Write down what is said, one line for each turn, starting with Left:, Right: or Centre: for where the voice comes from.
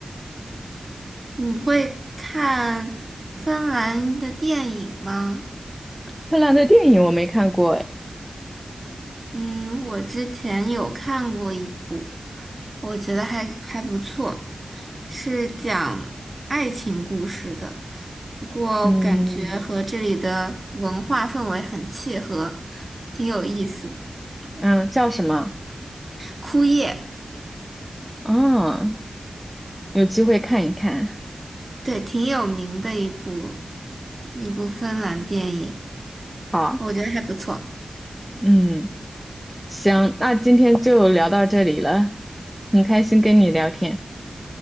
Right: 你会看芬兰的电影吗？
Centre: 芬兰的电影我没看过，哎，
Right: 嗯，我之前有看过一部，我觉得还还不错，是讲爱情故事的，不过感觉和这里的文化氛围很契合，
Centre: 嗯
Right: 挺有意思。
Centre: 嗯，叫什么？
Right: 枯叶，
Centre: 啊？有机会看一看。
Right: 对，挺有名的一部一部芬兰电影，
Centre: 好，
Right: 我觉得还不错。
Centre: 嗯，行，那今天就聊到这里了，很开心跟你聊天。